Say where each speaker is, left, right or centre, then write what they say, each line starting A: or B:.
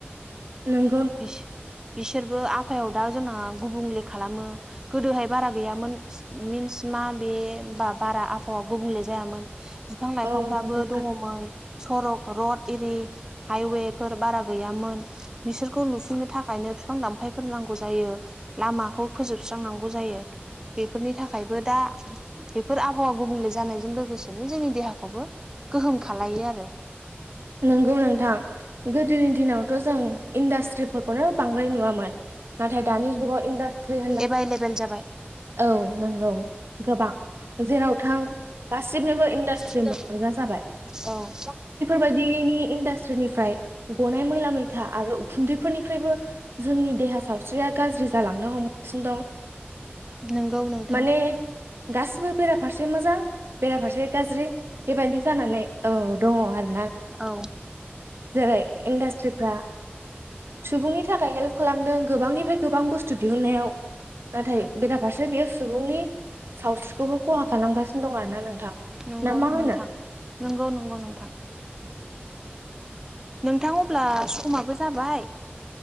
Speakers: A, on the right; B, on the right.
A: उम
B: बिस बिसोरबो आफायाव दा जोंना गुबुंले खालामो। गोदोहाय बारा गैयामोन। मिन्स मा बे बा बारा आबहावा गुबुंले जायामोन। बिफां लाइफांफ्राबो
A: औ नंगौ नोंथां
B: दङमोन। सरक रड ओरि हाइवे फोर बारा गैयामोन बिसोर खौ लुफुंनो थाखायनो बिफां दामफायफोर नांगौ जायो लामाखौ फोजोबस्रांनांगौ जायो। बेफोरनि थाखायबो दा बेफोर आबहावा गुबुंले जानायजों लोगोसेनो जोंनि देहाखौबो गोहोम खालामलायो आरो।
A: नंगौ नोंथां गोदोनि दिनावथ' जों इनडासट्रिफोरखौनो बांद्राय नुयामोन नाथाय दानि जुगाव इनडासट्रि
B: एभाइलेबोेल जाबाय।
A: औ नंगौ गोबां जेराव थां गासिनोबो इन्डास्ट्रिमोन।
B: औ
A: आजां जाबाय।
B: औ।
A: बेबायदिनि इन्डास्ट्रिनिफ्राय गनाय मैला मैथा आरो उखुन्दैफोरनिफ्रायबो जोंनि देहा सावस्रिया गाज्रि जालांनो हमगासिनो दं।
B: नंगौ नोंथां
A: माने गासिबो बेराफारसे मोजां बेराफारसे गाज्रि बेबायदि जानानै औ दङ आरो।
B: औ
A: जेरै इन्डास्ट्रिफ्रा सुबुंनि थाखाय हेल्प खालामदों गोबांनिफ्राय गोबां बुस्थु दिहुननायाव नाथाय बेराफारसे बेयो सुबुंनि सावस्रिखौबो खहा खालामगासिनो दं आरोना नोंथां
B: नंगौ
A: ना मा होनो?
B: नोंथां नंगौ नंगौ नोंथां। नोंथां अब्ला समाबो जाबाय